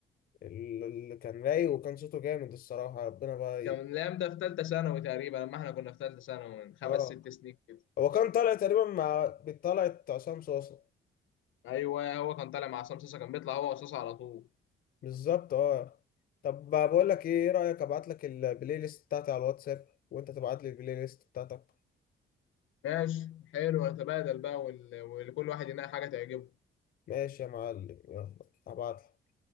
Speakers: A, on the left; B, on the left.
A: اللي كان رايق وكان صوته جامد الصراحة ربنا بقى
B: كان
A: ي...
B: الكلام ده في ثالثه ثانوي تقريبا لما احنا كنا في ثالثه ثانوي من خمس
A: اه
B: ست سنين كده
A: هو كان طالع تقريبا مع طلعت عصام صوصة
B: ايوه هو كان طالع مع عصام صاصا كان بيطلع هو وصاصا على طول
A: بالظبط اه طب بقول لك ايه إيه رأيك ابعت لك البلاي ليست بتاعتي على الواتساب وانت تبعت لي البلاي ليست بتاعتك
B: ماشي حلو نتبادل بقى وال... وكل واحد ينقي حاجه تعجبه
A: ماشي يا معلم يلا هبعت لك